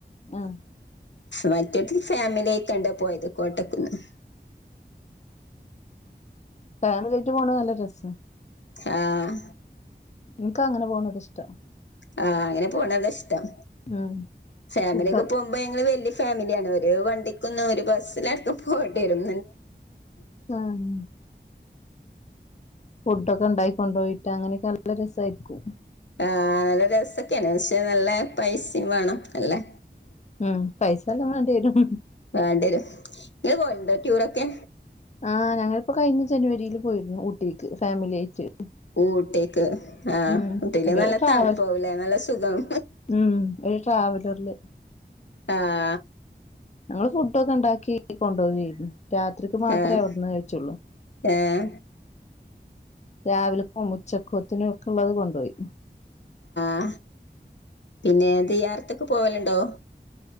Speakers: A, on the left (about 40°); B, on the left (about 80°).
A: ആഹ്
B: മറ്റത് ഫാമിലിയായിക്കിണ്ടാ പോയത് കോട്ടക്കുന്ന്
A: ഫാമിലിയായിട്ട് പോണത് നല്ല രസ
B: ആഹ്
A: ഇൻക്ക് അങ്ങനെ പോണത് ഇഷ്ട്ടാ
B: ആഹ് അങ്ങനെ പോണതാ ഇഷ്ടം
A: ഉം
B: ഫാമിലിക്കെ
A: ഫുഡ്
B: പോ പ്പ ഞങ്ങള് വല്ല്യ ഫാമിലിയാണ് ഒരു വണ്ടിക്കൊന്ന് ഒരു ബസ്സിലടത്ത് പോവേണ്ടി വരും
A: ആഹ് ഫുഡ്ഡോക്കെ ഉണ്ടായി കൊണ്ടോയിട്ട അങ്ങനെയൊക്കെ നല്ല രസായിരിക്കും.
B: ആഹ് നല്ല രസക്കെയാണ് പക്ഷേ നല്ല പൈസയും വേണം അല്ലേ.
A: ഉം പൈസ നല്ലോം വേണ്ടി വരും.
B: വേണ്ടി വരും ഇങ്ങൾ പോവേണ്ടോ ട്യൂറൊക്കെ.
A: ആഹ് ഞങ്ങളിപ്പോ കഴിഞ്ഞ ജനുവരിയിൽ പോയിരുന്നു ഊട്ടിക്ക് ഫാമിലി ആയിട്ട്
B: ഊട്ടിക്ക് ആഹ്
A: ഉം
B: ഊട്ടിയില്
A: ഒരു
B: നല്ല
A: ട്രാവൽ
B: തണുപ്പാവുല്ലേ നല്ല സുഖം
A: ഉം ഒരു ട്രാവലറില്.
B: ആഹ്
A: ഞങ്ങള് ഫുഡ് ഒക്കെ ഉണ്ടാക്കി കൊണ്ടോവായിരുന്നു രാത്രിക്ക് മാത്രമേ
B: ഏഹ്
A: അവിടന്ന് കഴിച്ചുള്ളു.
B: ഏഹ്
A: രാവിലെപ്പോ ഉച്ചക്കോത്തിനും ഒക്കെ ഉള്ളത് കൊണ്ടോയി.
B: ആ പിന്നെ ദിയാറത്തൊക്കെ പോവലുണ്ടോ?